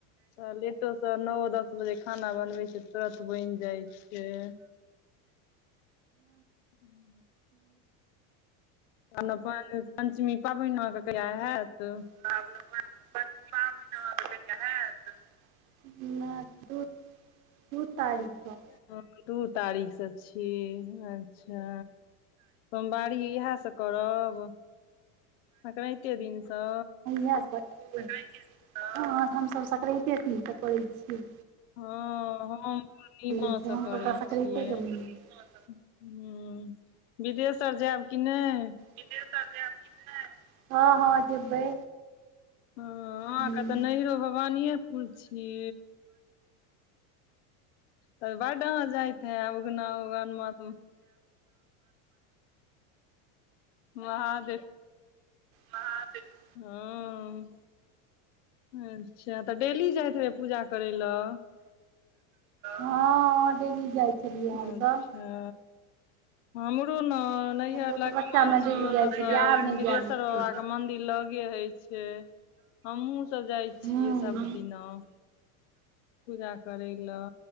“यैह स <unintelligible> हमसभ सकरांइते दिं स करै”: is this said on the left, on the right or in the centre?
Right